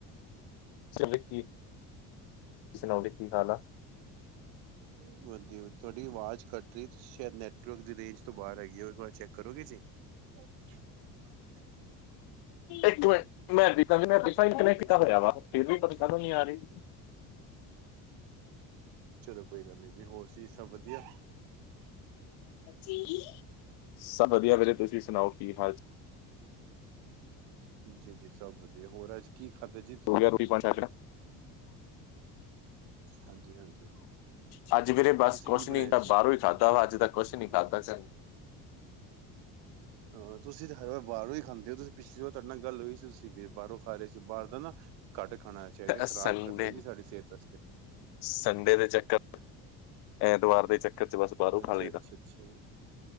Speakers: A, on the left; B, on the right.
A: ਸੇ ਵੀਕ ਜੀ, ਤੁਸੀਂ ਸੁਣਾਓਗੇ ਕੀ ਹਾਲ ਆ?
B: ਵ ਵਧੀਆ ਵਧ, ਤੁਆਡੀ ਅਵਾਜ਼ ਕਟ ਰੀ ਏ ਤੁਸੀਂ ਸੈ਼ਦ ਨੈਟਵਰਕ ਦੀ ਰੇਂਜ ਤੋਂ ਬਾਰ ਹੈਗੀ ਔ, ਇੱਕ ਵਾਰ ਚੈੱਕ ਕਰੋਗੇ ਜੀ। <unintelligible>
A: ਇਕ ਮਿੰਟ ਮੈਂ ਵਾਈਫਾਈ ਨਾਲ ਕਨੈਕਟ ਕਰ ਰਿਹਾ ਫਿਰ ਵੀ ਤੁਹਾਨੂੰ ਸ਼ਰਮ ਨਹੀਂ ਆ ਰਹੀ।
B: ਚਲੋ ਕੋਈ ਗੱਲ ਨੀ ਜੀ, ਹੋਰ ਜੀ ਸਭ ਵਧੀਆ?
A: ਜੀ ਸਭ ਵਧੀਆ ਵੀਰੇ। ਤੁਸੀਂ ਸੁਣਾਓ ਕੀ ਹਾਲ ਚ
B: ਜੀ ਜੀ ਸਭ ਵਧੀਆ, ਹੋਰ ਅੱਜ ਕੀ ਖਾਧਾ ਜੇ?
A: ਹੋ ਗਿਆ ਰੋਟੀ-ਪਾਣੀ ਅੱਜ ਦਾ?
B: ਹਾਂਜੀ ਹਾਂਜੀ
A: ਹਾਂਜੀ ਵੀੇਰੇ ਬਸ
B: ਤੁਸੀਂ
A: ਕੁਛ
B: ਕੀ
A: ਨੀ,
B: ਬਣਾਇਆ
A: ਮੈਂ
B: ਸੀ
A: ਬਾਰੋਂ ਹੀ ਖਾਧਾ ਵਾ ਅੱਜ ਤੱਕ। ਕੁਛ ਨੀ ਖਾਂਦਾ ਚਲੋ।
B: ਅਹ ਤੁਸੀਂ ਤੇ ਹਰ ਵਾਰ ਬਾਰੋਂ ਹੀ ਖਾਂਦੇ ਔ, ਤੁਸੀਂ ਪਿਛਲੀ ਵਾਰ ਤੁਆਡੇ ਨਾਲ ਗੱਲ ਹੋਈ ਸੀ ਤੁਸੀਂ ਫੇਰ ਬਾਰੋਂ ਖਾ ਰਏ ਸੀ ਬਾਰ ਦਾ ਨਾ ਘੱਟ ਖਾਣਾ ਚਾਹੀਦੈ ਖ਼ਰਾਬ
A: ਸੰਡੇ
B: ਕਰਦੈ ਜੀ ਸਾਡੀ ਸੇਹਤ ਆਸਤੇ।
A: ਸੰਡੇ ਦੇ ਚੱਕਰ ਐਤਵਾਰ ਦੇ ਚੱਕਰ ਚ ਬਸ ਬਾਹਰੋਂ
B: ਅੱਛਾ-ਅੱਛਾ,
A: ਖਾ ਲਈਦਾ
B: ਅੱਛਾ।